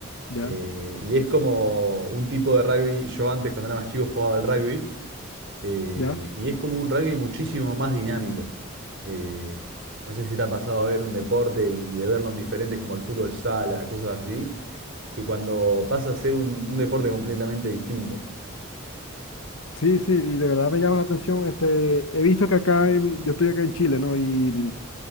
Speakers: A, on the left; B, on the right.
A: ¿Ya?
B: Eh, y es como un tipo de rugby, yo antes cuando era más chico jugaba al rugby, eh,
A: ¿Ya?
B: y es como un rugby muchísimo más dinámico. Eh, no sé si te ha pasado a ver un deporte y de verlo en diferentes como el fútbol sala, cosas así, que cuando pasa a ser un, un deporte completamente distinto.
A: Sí, sí, y de verdad me llama la atención. Este, he visto que acá, en- yo estoy acá en Chile, ¿no? Y,